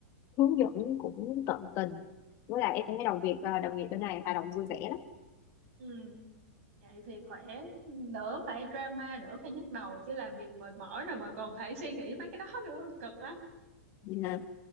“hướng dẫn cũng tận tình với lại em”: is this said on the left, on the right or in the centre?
Left